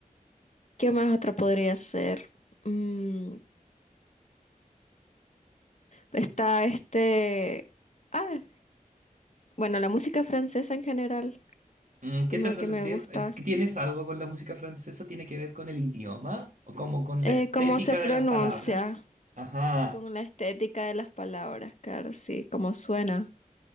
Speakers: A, on the left (about 55°); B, on the right (about 60°).
A: ¿Qué más otra podría ser? Mm, Está este... Ah, bueno, la música francesa en general,
B: Mm,
A: como
B: ¿Qué te hace
A: que
B: sentir?
A: me gusta.
B: Eh, ¿Tienes algo con la música francesa? ¿Tiene que ver con el idioma? ¿O como con
A: Eh,
B: la estética
A: cómo se pronuncia,
B: de las palabras? Ajá.
A: con la estética de las palabras, claro, sí, cómo suena.